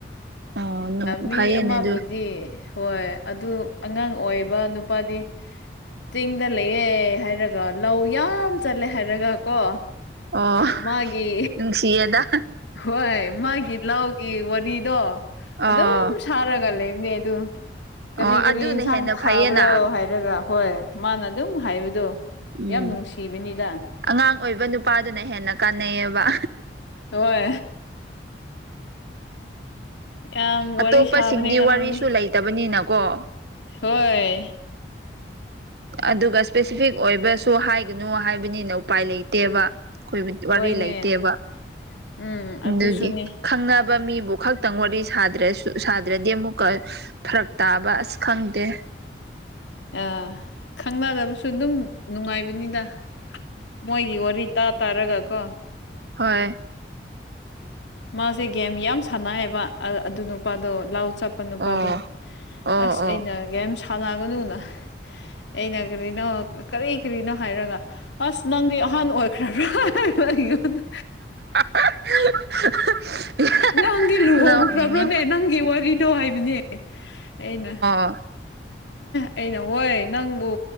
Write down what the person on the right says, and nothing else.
ꯑꯣ ꯅꯨꯡ
ꯐꯩꯌꯦꯅꯦ
ꯑꯗꯨ
ꯑꯣ
ꯅꯨꯡꯁꯤꯌꯦꯗ
ꯑꯣ
ꯑꯣ
ꯑꯗꯨꯅ
ꯍꯦꯟꯅ
ꯐꯩꯌꯦꯅ
ꯎꯝ
ꯑꯉꯥꯡ ꯑꯣꯏꯕ ꯅꯨꯄꯥꯗꯨꯅ ꯍꯦꯟꯅ ꯀꯥꯟꯅꯩꯌꯦꯕ
ꯑꯇꯣꯞꯄꯁꯤꯡꯗꯤ
ꯋꯥꯔꯤꯁꯨ ꯂꯩꯇꯕꯅꯤꯅꯀꯣ
ꯑꯗꯨꯒ ꯏꯁꯄꯦꯁꯤꯐꯤꯛ ꯑꯣꯏꯕꯁꯨ ꯍꯥꯏꯒꯅꯨ ꯍꯥꯏꯕꯅꯤꯅ ꯎꯄꯥꯏ ꯂꯩꯇꯦꯕ ꯑꯩꯈꯣꯏ ꯋꯥꯔꯤ
ꯂꯩꯇꯦꯕ
ꯑꯗꯨꯒꯤ ꯈꯪꯅꯕ ꯃꯤꯕꯨ ꯈꯛꯇꯪ ꯋꯥꯔꯤ ꯁꯥꯗ꯭ꯔꯁꯨ ꯁꯥꯗ꯭ꯔꯗꯤ ꯑꯃꯨꯛꯀ ꯐꯔꯛ ꯇꯥꯕ ꯑꯁ ꯈꯪꯗꯦ
ꯍꯣꯏ
ꯑꯣ ꯑꯣ
ꯑꯣ
<inaudible>
ꯅꯣꯛꯅꯤꯡꯉꯦ
ꯑ